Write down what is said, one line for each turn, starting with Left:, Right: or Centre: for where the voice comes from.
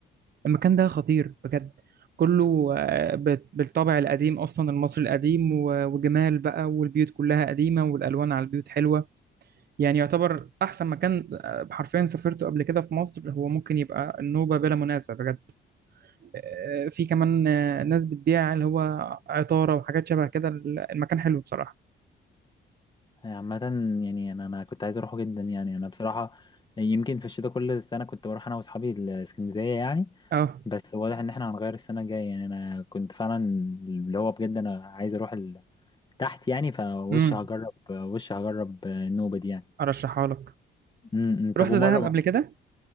Right: المكان ده خطير بجد كله آه، بت- بالطابع القديم أصلا المصري القديم و- وجمال بقى والبيوت كلها قديمة والألوان على البيوت حلوة يعني يعتبر أحسن مكان آه، حرفيا سافرته قبل كده في مصر هو ممكن يبقى النوبة بلا منازع بجد آه، في كمان آه، ناس بتبيع اللي هو عطارة وحاجات شبه كده المكان حلو بصراحة
Left: آه، عامه يعني انا انا كنت عايز اروحه جدا يعني انا بصراحه يمكن في الشتاء كل سنه كنت بروح انا واصحابي الاسكندريه يعني
Right: اه
Left: بس واضح ان احنا هنغير السنه الجايه يعني انا كنت فعلا اللي هو بجد انا عايز اروح ال- تحت يعني فوش
Right: امم
Left: هجرب وش هجرب النوبه دي يعني
Right: ارشحها لك
Left: م- م. طب
Right: رحت
Left: ومره
Right: دهب قبل كده